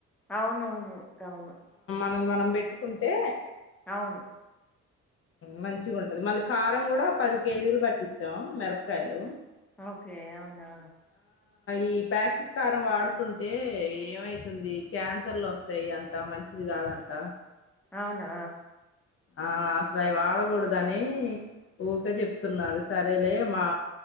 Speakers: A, in the centre; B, on the left.
A: అవునవును గవును
B: మనది మనం పెట్టుకుంటే
A: అవును
B: మంచిగ ఉంటది మళ్ళీ కారం కూడా పది కేజీలు పట్టించాం మిరక్కాయలు
A: ఓకే అవునా
B: ఈ ప్యాకెట్ కారం వాడుతుంటే ఏమైతుంది క్యాన్సర్లు వస్తాయి అంట మంచిది కాదంట
A: అవునా
B: ఆ అసలు అవి వాడకూడద అని ఊరికే జెప్తున్నారు సరేలే మా